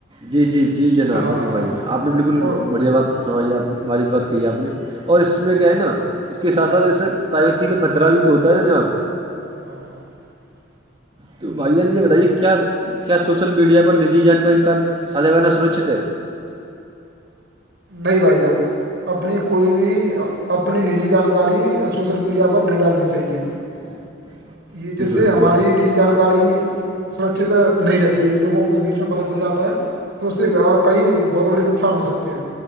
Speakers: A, on the right; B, on the right.
A: جی جی جی جناب
B: ہاں
A: بالکل بھائی جناب آپ نے بالکل
B: او
A: بڑھیا بات فرمائی ہے آپ نے واضد بات کی ہے آپ نے اور اس
B: بالکل
A: میں کیا ہے نا اس کے ساتھ ساتھ ایسے پرائیویسی کا خطرہ بھی تو ہوتا ہے جناب
B: <unintelligible>
A: تو بھائی جان یہ بتائیے کیا کیا سوشل میڈیا پر نجی جانکاری ساھا کرنا سرکچت ہے
B: نہیں بھائی جان اپنی کوئی بھی اپنی نجی جانکاری سوشل میڈیا پر نہیں ڈالنی چاہیے
A: <unintelligible>
B: یہ جس سے ہماری
A: ماش-
B: نجی جانکاری سرکچت نہیں رہتی لوگوں کو بیچ میں پت چل جاتا ہے تو اس سے کئی بہت بڑے نقصان ہو سکتے ہیں